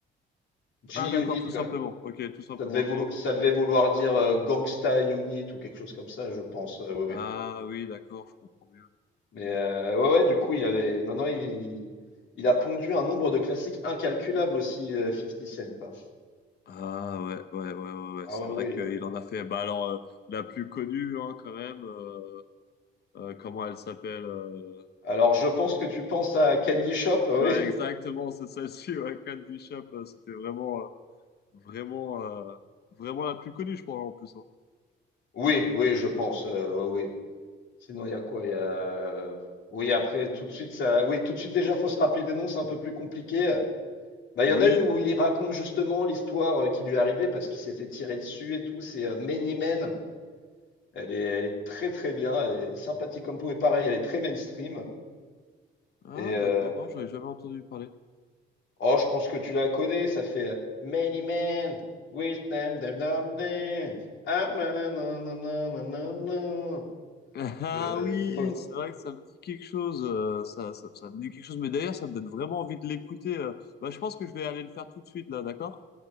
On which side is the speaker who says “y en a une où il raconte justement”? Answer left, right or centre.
Left